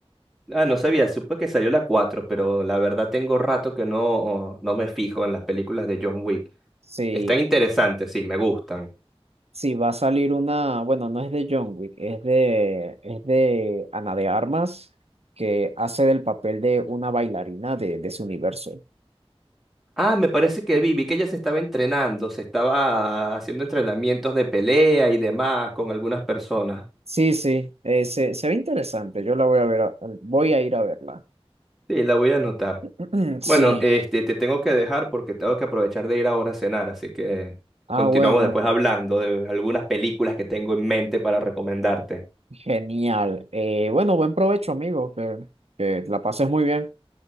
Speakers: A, in the centre; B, on the right.
A: Ah, no sabía, supe que salió la 4, pero la verdad tengo rato que no, no me fijo en las películas de John Wick.
B: Sí,
A: Están interesantes, sí, me gustan.
B: sí, va a salir una, bueno, no es de John Wick, es de, es de Ana de Armas, que hace del papel de una bailarina de, de su universo.
A: Ah, me parece que vi, vi que ella se estaba entrenando, se estaba haciendo entrenamientos de pelea y demás con algunas personas.
B: Sí, sí, eh, se, se ve interesante, yo la voy a ver, a- voy a ir a verla.
A: Sí, la voy a anotar.
B: <clears throat> Sí,
A: Bueno, este, te tengo que dejar porque tengo que aprovechar de ir ahora a cenar, así que
B: Ah,
A: continuamos
B: bueno,
A: después hablando de algunas películas que tengo en mente para recomendarte.
B: genial. Eh, bueno, buen provecho, amigo, que, que la pases muy bien.